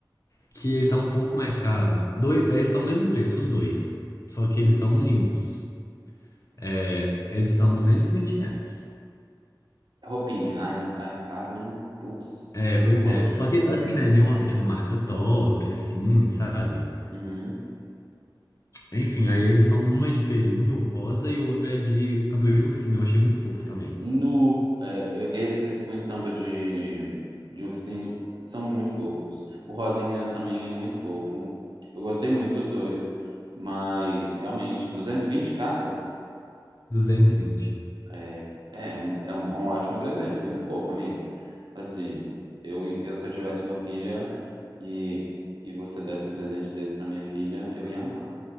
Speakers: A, on the left; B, on the right.
A: que ele tá um pouco mais caro. dois eles estão o mesmo preço, os dois. Só que
B: hum.
A: eles são lindos. É, eles estão R$ duzentos e vinte reais
B: Roupinha. Ai, ai, caro, né? Putz,
A: É,
B: como
A: pois
B: que pode?
A: é. Só que, assim, né, de uma, de uma marca top, assim, sabe?
B: Uhum.
A: Enfim, aí eles são uma é de pelinho rosa e o outro é de estampa de ursinho. Eu achei muito fofo também.
B: Nu, é, eu- esses com estampa de, de ursinho são muito fofos. O rosinha também é muito fofo. Eu gostei muito dos dois, mas realmente, 220 cada?
A: 220,
B: É, é um, é um, é um ótimo presente, muito fofo, amigo. Assim, eu, eu se eu tivesse uma filha e, e você desse um presente desse pra minha filha, eu ia amar.